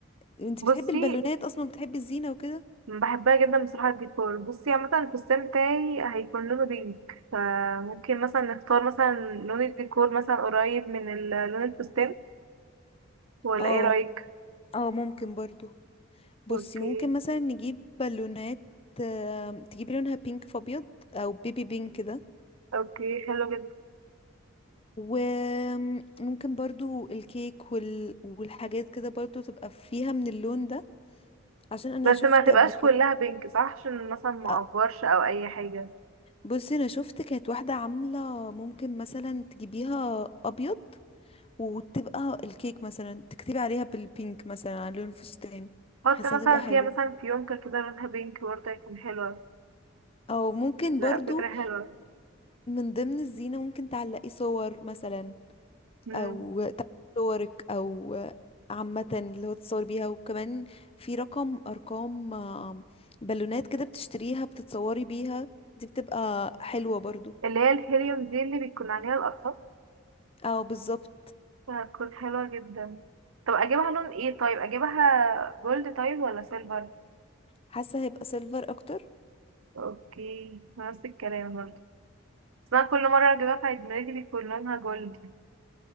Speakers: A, on the left; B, on the right.
A: انت
B: بصي
A: بتحبي البالونات اصلا بتحبي الزينة وكده
B: بحبها جدا بصراحه الديكور بصي عامه الفستان بتاعي هيكون لونه بينك فممكن مثلا نختار مثلا لون الديكور مثلا قريب من ال- لون الفستان ولا
A: اه
B: ايه رايك
A: اه ممكن برضو بصي
B: اوكي
A: ممكن مثلا نجيب بالونات آم، تجيبي لونها بينك في ابيض او بيبي بينك كده
B: اوكي حلو جدا
A: وممكن برضو الكيك وال... والحاجات كده برضو تبقى فيها من اللون ده عشان انا
B: بس
A: شفت
B: ما تبقاش
A: قبل كده
B: كلها بينك صح عشان مثلا ما
A: آه،
B: اقفرش او اي حاجه
A: بصي انا شفت كانت واحدة عاملة ممكن مثلا تجيبيها ابيض وتبقى الكيك مثلا تكتبي عليها بالبينك مثلا على لون الفستان
B: حط
A: حاسة
B: مثلا
A: تبقى حلو
B: فيها مثلا فيونكة كده لونها بينك برضه هيكون حلوة
A: او ممكن
B: لا
A: برضو
B: فكرة حلوة
A: من ضمن الزينة ممكن تعلقي صور مثلا
B: مم.
A: او تعلقي صورك او عامة اللي هو تتصور بيها وكمان في رقم ارقام آم، بالونات كده بتشتريها بتتصوري بيها دي بتبقى حلوة برضو
B: اللي هي الهيليوم دي اللي بيكون عليها الأطراف
A: او بالظبط
B: هتكون حلوة جدا طب أجيبها لون ايه طيب أجيبها جولد طيب ولا سيلفر
A: حاسة هيبقى سيلفر اكتر
B: اوكي نفس الكلام برضه بس أنا كل مرة أجيبها في عيد ميلادي بيكون لونها جولد